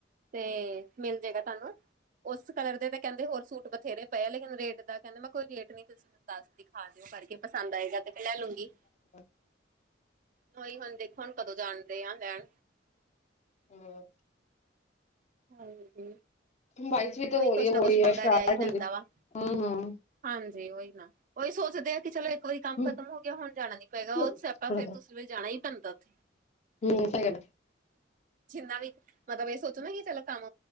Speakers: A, on the right; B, on the left.
A: ਤੇ ਮਿਲ ਜੇਗਾ ਤੁਹਾਨੂੰ ਉਸ ਕਲਰ ਦੇ ਤਾਂ ਕਹਿੰਦੇ ਹੋਰ ਸੂਟ ਬਥੇਰੇ ਪਏ, ਲੇਕਿਨ ਰੇਟ ਦਾ ਕਹਿੰਦੇ ਮੈਂ ਕੋਈ ਰੇਟ ਨਹੀਂ ਦੱਸ ਦਿਖਾ ਦਿਓ ਕਰਕੇ ਪਸੰਦ ਆਏਗਾ ਤੇ, ਫੇਰ ਮੈਂ ਲੈ ਲੂੰਗੀ
B: <unintelligible>
A: ਉਹੀ ਹੁਣ ਦੇਖੋ ਹੁਣ ਕਦੋਂ ਜਾਣਦੇ ਆ ਲੈਣ
B: ਹਮ।
A: ਹਾਂਜੀ।
B: ਬਾਰੀਸ ਵੀ ਤਾ
A: ਉਹੀ
B: ਹੋਲੀ,
A: ਕੁਛ
B: ਹੋਲੀ
A: ਨਾ ਕੁਛ
B: ਹੋਰੀ
A: ਪੰਗਾ
B: ਆ ਸਟਾਰਟ
A: ਰਿਹਾ ਹੀ ਰਹਿੰਦਾ
B: ਹੁੰਦੀ ਹਮ,
A: ਵਾ
B: ਹਮ
A: ਹਾਂਜੀ ਉਹੀ ਨਾ ਉਹੀ ਸੋਚਦੇ ਆ ਕਿ ਚਲੋ ਇੱਕ ਵਾਰੀ ਕੰਮ
B: ਹੂੰ
A: ਖਤਮ ਹੋ ਗਿਆ ਹੁਣ ਜਾਣਾ ਨੀ ਪਏਗਾ, ਉਹ
B: ਥੋੜਾ-ਥੋੜਾ
A: ਸੈਆਪਾਂ ਫੇਰ ਤੋਂ ਜਿਵੇਂ ਜਾਣਾ ਹੀ ਪੈਂਦਾ ਉੱਥੇ
B: ਹਮ ਸਹੀ ਗੱਲ ਆ।
A: ਜਿੰਨਾ ਵੀ ਮਤਲਬ ਇਹ ਸੋਚੋ ਨਾ ਕਿ ਚਲੋ ਕੰਮ